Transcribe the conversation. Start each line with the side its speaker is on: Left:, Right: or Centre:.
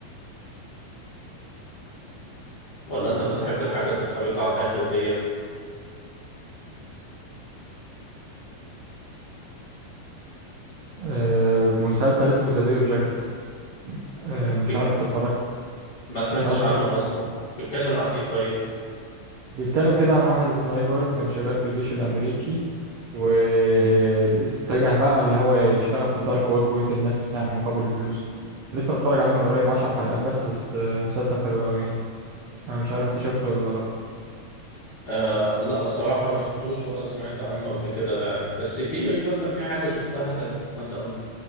Left: ولا أنت بتحب الحاجات الخارقة على الآخر ديت
Right: آه، مسلسل اسمه ذا داي اوف جاكل آه، مش
Left: بك...
Right: عارف انت اتفرجت
Left: ما سمعتش
Right: مش عارف انت
Left: عنها أصلا بيتكلم عن إيه طيب؟
Right: بيتكلم كده عن واحد سنايبر كان شغال في الجيش الأمريكي واتجه بقى اللي هو يشتغل في الدارك ويب ويقتل الناس يعني مقابل الفلوس لسه متفرج عليه من قريب عشر حلقات بس بس آه، مسلسل حلو قوي يعني أنا مش عارف أنت شفته ولا لأ
Left: آه لا الصراحة ما شفتوش ولا سمعت عنه قبل كده يعني بس في مثلا في حاجة شفتها كده مثلا